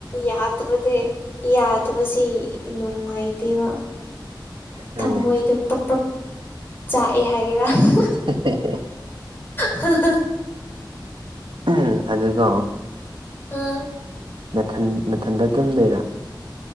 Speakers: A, on the left (about 25°); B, on the right (about 85°).
A: ꯌꯥꯗꯕꯗꯤ ꯌꯥꯗꯕꯁꯤ ꯅꯨꯡꯉꯥꯏꯇꯦꯕ
B: ꯍꯣꯏꯅꯦ
A: ꯊꯝꯃꯣꯏꯗꯣ ꯄꯔꯣꯛ ꯄꯔꯣꯛ ꯆꯥꯛꯑꯦ ꯍꯥꯏꯒꯦꯔꯥ ꯍꯥ ꯍꯥ
B: ꯍꯦ ꯍꯦ ꯍꯦ
A: ꯍꯥ ꯍꯥ
B: ꯎꯝ ꯑꯗꯨꯀꯣ
A: ꯑ
B: ꯅꯊꯟ ꯅꯊꯟꯗ ꯇꯨꯝꯗꯣꯏꯔꯥ